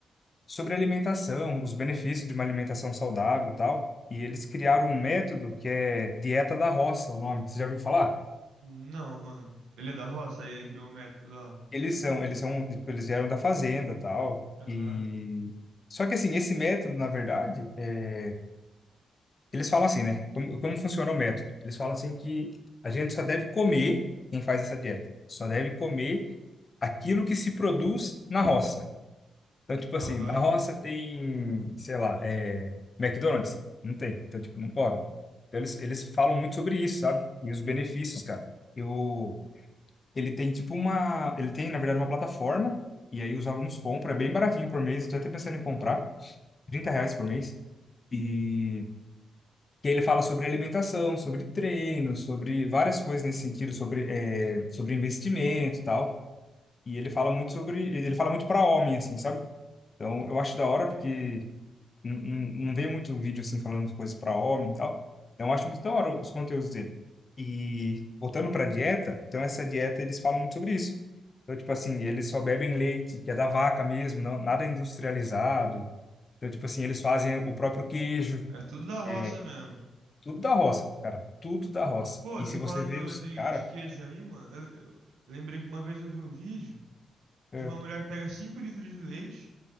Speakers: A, on the left (about 45°); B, on the right (about 80°).
A: sobre alimentação, os benefícios de uma alimentação saudável, e tal. E eles criaram um método que é dieta da roça, o nome. Você já ouviu falar?
B: Não, mano. Ele é da roça? Aí ele criou um método lá.
A: Eles são, eles são, tipo, eles vieram da fazenda, tal,
B: Aham.
A: e Só que assim, esse método, na verdade, é, Eles falam assim, né? Como, como funciona o método? Eles falam assim que a gente só deve comer, quem faz essa dieta, só deve comer aquilo que se produz na roça. Então, tipo
B: Aham.
A: assim, na roça tem, sei lá, é, McDonald's? Não tem. Então, tipo, não come. Então, eles, eles falam muito sobre isso, sabe? E os benefícios, cara. Eu, ele tem, tipo, uma... Ele tem, na verdade, uma plataforma, e aí os alunos compram, é bem baratinho por mês, eu tô até pensando em comprar, 30 reais por mês. E que ele fala sobre alimentação, sobre treino, sobre várias coisas nesse sentido, sobre, é, sobre investimento e tal. E ele fala muito sobre, ele fala muito para homem, assim, sabe? Então, eu acho da hora
B: Uhum.
A: porque não, não não vê muito vídeo, assim, falando de coisas para homem e tal. Então, eu acho muito da hora os conteúdos dele. E voltando para dieta, então essa dieta eles falam muito sobre isso. Então, tipo assim, eles só bebem leite, que é da vaca mesmo, não, nada industrializado. Então, tipo assim, eles fazem o próprio queijo,
B: É tudo da roça
A: eh,
B: mesmo.
A: tudo da roça, cara. Tudo da roça.
B: Pô, você
A: E se você
B: falando
A: vê os.
B: de,
A: Cara.
B: de queijo aí, mano, eu, eu lembrei que uma vez eu vi um vídeo de
A: é,
B: uma mulher que pega 5 litros de leite,